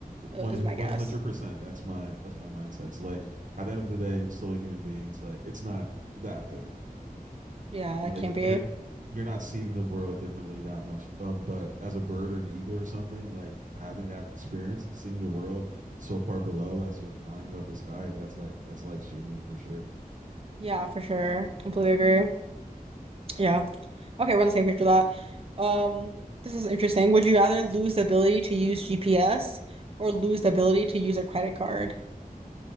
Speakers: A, on the right; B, on the right.
A: one
B: uh, is my guess.
A: hundred percent. That's my that's my mindset. It's like at the end of the day, it's still a human being. It's like it's not that different.
B: Yeah,
A: Like
B: it can't be.
A: you're you're not seeing the world differently that much. Um, but as a bird or an eagle or something, like having that experience, seeing the world so far below as you're flying above the sky, that's like that's life changing for sure.
B: Yeah, for sure. Completely agree. Yeah. Okay, we're on the same page with that. Um, this is interesting. Would you rather lose the ability to use GPS or lose the ability to use a credit card?